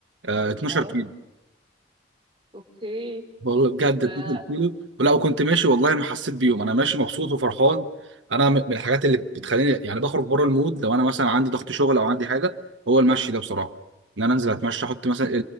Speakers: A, on the right (about 85°); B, on the right (about 30°).
A: آه 12
B: أه
A: كيلو
B: أوكي
A: والله بجد
B: ده
A: 12 كيلو ولا وكنت ماشي والله ما حسيت بيهم انا ماشي مبسوط وفرحان انا م- من الحاجات اللي بتخليني يعني بخرج بره المود لو انا مثلا عندي ضغط شغل او عندي حاجه هو المشي ده بصراحه ان انا انزل اتمشى احط مثلا